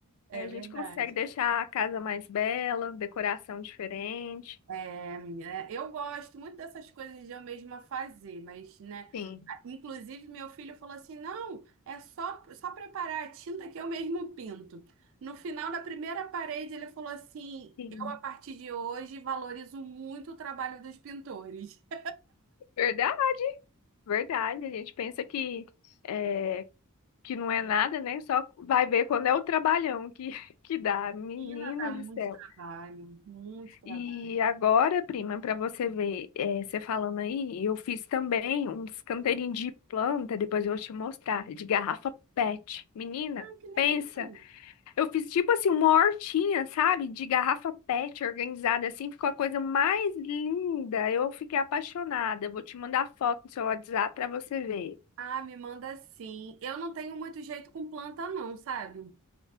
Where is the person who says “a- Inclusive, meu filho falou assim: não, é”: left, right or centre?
Right